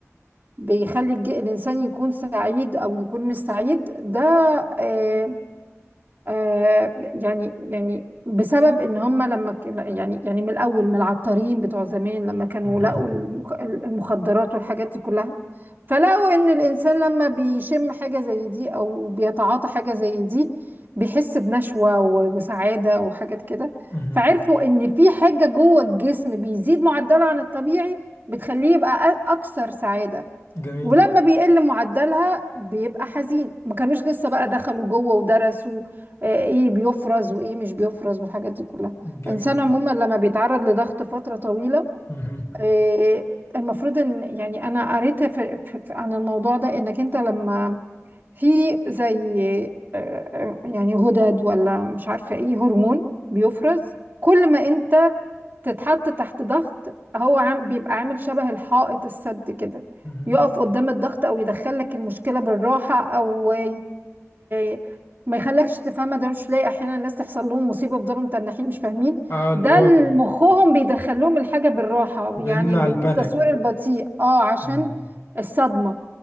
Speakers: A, on the right; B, on the left.
A: بيخلي الج- الإنسان يكون سعيد أو يكون مش سعيد ده آه آه يعني يعني بسبب إن هم لما ك- يعني يعني من الأول من العطارين بتوع زمان لما كانوا
B: مهم.
A: لقوا المخ- المخدرات والحاجات دي كلها فلقوا إن الإنسان لما بيشم حاجة زي دي أو بيتعاطى حاجة زي دي بيحس بنشوة و- وسعادة وحاجات كده
B: مهم.
A: فعرفوا إن في حاجة جوه الجسم بيزيد معدله عن الطبيعي بتخليه يبقى أ- أكثر سعادة
B: جميل
A: ولما بيقل معدلها بيبقى حزين ما كانوش لسه بقى دخلوا جوه ودرسوا آه، ايه بيفرز وايه مش بيفرز والحاجات دي كلها
B: جميل
A: الانسان عموما لما بيتعرض لضغط فترة طويلة
B: مهم.
A: آه، المفروض ان يعني انا قريت في في- في- عن الموضوع ده انك انت لما في زي آه، آه، يعني غدد ولا مش عارفة ايه هرمون بيفرز كل ما انت تتحط تحت ضغط هو عام بيبقى عامل شبه الحائط السد كده
B: مهم.
A: يقف قدام الضغط او يدخل لك المشكله بالراحه او ي... ي... ما يخلكش تفهمها ده مش لاقي احيانا الناس تحصل لهم مصيبه بيفضلوا متنحين مش فاهمين
B: اه اللي
A: ده
B: هو
A: ال-
B: بي-
A: مخهم بيدخلهم الحاجه بالراحه
B: بيمنع
A: يعني بال-
B: البانيك
A: بالتصوير البطيء اه عشان
B: مم.
A: الصدمه